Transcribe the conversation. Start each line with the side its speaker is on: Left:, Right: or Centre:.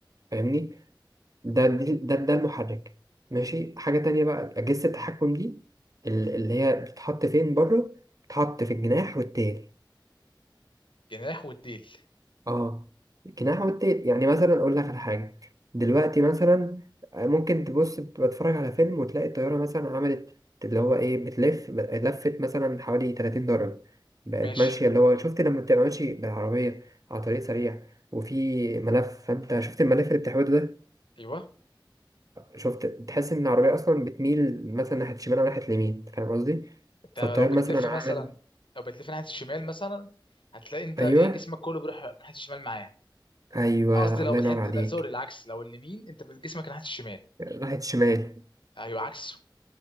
Right: فاهمني ده ده ده, ده المحرك ماشي حاجة تانية بقى أجهزة التحكم دي ال- اللي هي بتتحط فين بره بتتحط في الجناح والتيل
Left: جناح والديل
Right: اه جناح والتيل يعني مثلا اقول لك على حاجه دلوقتي مثلا آه، ممكن تبص بتفرج على فيلم وتلاقي الطياره مثلا عملت اللي هو ايه بتلف لفت مثلا حوالي 30 درجه بقت
Left: ماشي
Right: ماشيه اللي هو شفت لما بتبقى ماشي بالعربيه على طريق سريع وفي ملف فانت شفت الملف اللي بتحوله ده
Left: ايوه
Right: شفت تحس ان العربيه اصلا بتميل مثلا ناحيه الشمال او ناحيه اليمين فاهم قصدي
Left: انت
Right: فالطيار
Left: لو بتلف
Right: مثلا
Left: مثلا
Right: عامل
Left: لو بتلف ناحيه الشمال مثلا هتلاقي انت
Right: ايوه
Left: ايه جسمك كله بيروح ناحيه الشمال معاه
Right: ايوه
Left: قصدي لو
Right: الله
Left: بتحط
Right: ينور عليك
Left: لا سوري العكس لو اليمين انت بت- جسمك ناحيه الشمال
Right: راحت شمال
Left: ايوه عكسه